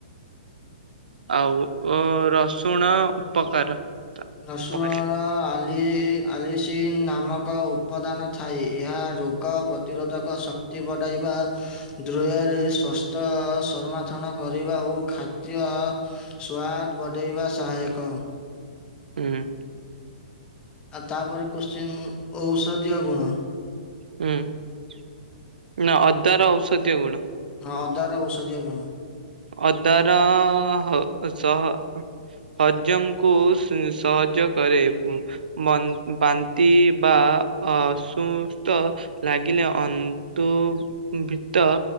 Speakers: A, on the right; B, on the left.
A: ଆଉ ରସୁଣ ଉପକାର।
B: ରସୁଣର
A: ଉପକାରୀ
B: ଆ ଆଲିସିନ୍ ନାମକ ଉପଦାନ ଥାଏ ଏହା ରୋଗ ପ୍ରତିରୋଧକ ଶ କି ବଟାଇବା ଦ୍ରୟରେ ସ୍ୱାସ୍ଥ୍ୟ ସମର୍ଥନ କରିବା ଓ ଖାଦ୍ୟ ସ୍ଵାଦ ବଢେଇବା ସହାୟକ।
A: ହୁଁ।
B: ଆଉ ତାପରେ କୋଶ୍ଚିନ୍ ଔଷଧୀୟ ଗୁଣ
A: ହୁଁ ନା ଅଦାର ଔଷଧୀୟ ଗୁଣ।
B: ହଁ ଅଦାର ଔଷଧୀୟ ଗୁଣ।
A: ଅଦାର ହ ସହ ହଜମକୁ ସହଜ କରେ? ବାନ୍ତି ବା ଅସୁସ୍ଥ ଲାଗିଲେ ଅନ୍ତୁବିତ